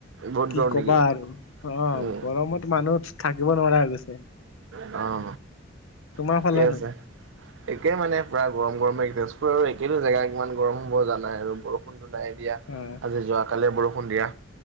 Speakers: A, on the right; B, on the left.
A: বহুত
B: কি
A: গৰম
B: কবা
A: নেকি
B: আৰু অ
A: উম
B: গৰমত মানুহ থাকিব নোৱাৰা হৈ গৈছে
A: অ
B: তোমাৰ
A: ঠিকে
B: ফালেনো
A: আছে একে মানে পুৰা গৰম গৰমে তেজপুৰ আৰু একেটো জেগা ইমান গৰম হ'ব জানাই আৰু বৰষুণ টো নাই দিয়া
B: উম
A: আজি যোৱাকালিয়ে বৰষুণ দিয়া